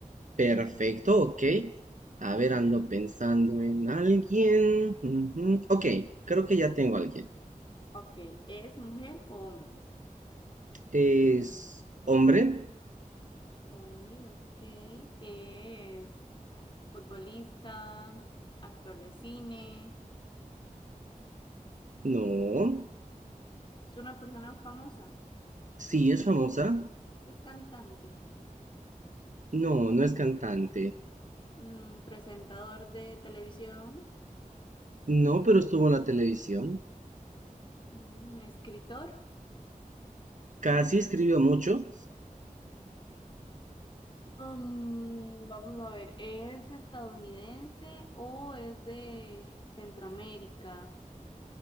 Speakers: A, on the right; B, on the left.
A: Perfecto, ok. A
B: Bueno,
A: ver, ando pensando en alguien. Ujú, Ok, creo que ya tengo a alguien.
B: ok, ¿es mujer o hombre?
A: ¿Es hombre?
B: Hombre, ok, es futbolista, actor de cine,
A: No.
B: es una persona famosa,
A: Sí, es famosa.
B: es cantante,
A: No, no es cantante.
B: mm, presentador de televisión,
A: No, pero estuvo en la televisión.
B: mm, escritor.
A: Casi escribió mucho.
B: Mm, vamos a ver, ¿es estadounidense o es de Centroamérica?